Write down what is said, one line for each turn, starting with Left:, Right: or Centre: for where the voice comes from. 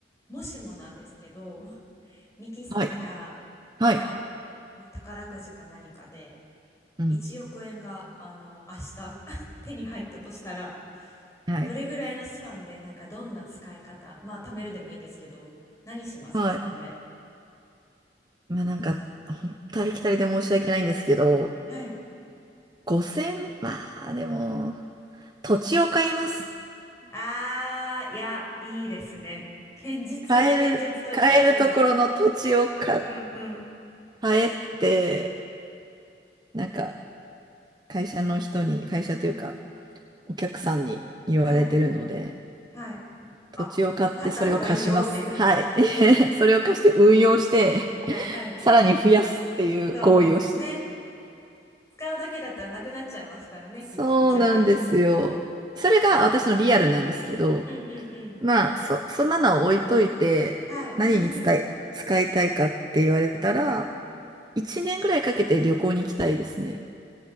Left: もしもなんですけど、<laughs> ミキさんが、
Right: はい。はい。
Left: まあ、ね、宝くじか何かで、
Right: うん。
Left: 1億円が、あの、明日 <laughs> 手に入ったとしたら、
Right: はい。
Left: どれぐらいのスパンで、なんかどんな使い方、まあ、貯めるでもいいんですけど、何しますか、
Right: はい。
Left: それで。
Right: まあなんか、ほんとありきたりで申し訳ないんですけど、
Left: はい。
Right: 5000、まあでも、土地を買います。
Left: あー、いや、いいですね。堅実、
Right: 買える、
Left: 堅実というか、
Right: 買えるところの土地を買っ、
Left: うん。うんうんうんうん。
Right: 買えって、なんか、会社の人に、会社というか、
Left: うん。
Right: お客さんに言われてるので、
Left: はい。はい。
Right: 土地を買ってそれを貸します。
Left: あ、買った方がいいよっていうふうに。
Right: はい。<laughs> それを貸して運用して、
Left: はいはい。
Right: さらに増やすっていう行為をし
Left: そうですよね。使うだけだったらなくなっちゃいますからね、
Right: そうなんですよ。
Left: きっと1億円もすぐに。
Right: それが私のリアルなんですけど、
Left: いや、うん、うんうんうん
Right: まあ、そ、そんなのを置いといて、
Left: はい。
Right: 何に伝え、
Left: <laughs>
Right: 使いたいかって言われたら、
Left: うん
Right: 1年ぐらいかけて旅行に行きたいですね。